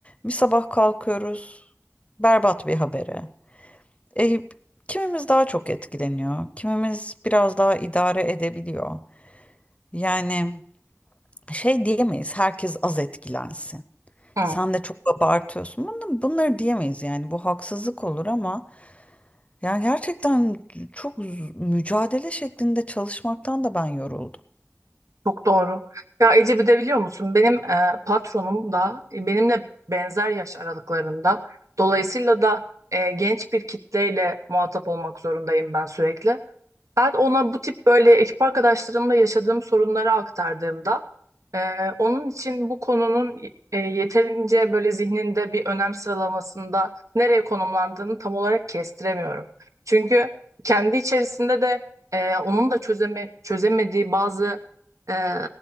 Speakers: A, on the left (about 25°); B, on the right (about 80°).
A: Bir sabah kalkıyoruz, berbat bir habere. E, kimimiz daha çok etkileniyor, kimimiz biraz daha idare edebiliyor. Yani şey diyemeyiz, herkes az etkilensin.
B: hı.
A: Sen de çok abartıyorsun. Bunu, bunları diyemeyiz yani bu haksızlık olur ama yani gerçekten çok z- mücadele şeklinde çalışmaktan da ben yoruldum.
B: Çok doğru. Ya Ece bir de biliyor musun benim e, patronum da e, benimle benzer yaş aralıklarında. Dolayısıyla da e, genç bir kitleyle muhatap olmak zorundayım ben sürekli. Ben ona bu tip böyle ekip arkadaşlarımla yaşadığım sorunları aktardığımda e, onun için bu konunun e, yeterince böyle zihninde bir önem sıralamasında nereye konumlandığını tam olarak kestiremiyorum. Çünkü kendi içerisinde de e, onun da çözeme, çözemediği bazı e,